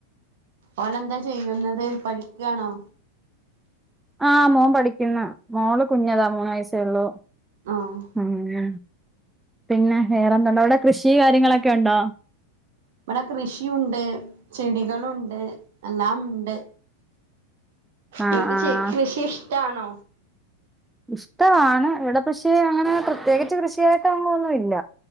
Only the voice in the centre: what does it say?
ആഹ് മോൻ പഠിക്ക്ന്ന് മോള് കുഞ്ഞതാ മൂന്ന് വയസ്സേ ഉള്ളു
ഉം ന പിന്നെ വേറെന്തൊണ്ട് അവിടെ കൃഷി കാര്യങ്ങളൊക്കെ ഒണ്ടോ
ആഹ്
ആഹ്
ഇഷ്ടവാണ് ഇവിടെ പഷേ അങ്ങനെ പ്രത്യേക കൃഷിയായിട്ടൊന്നൊന്നുല്ല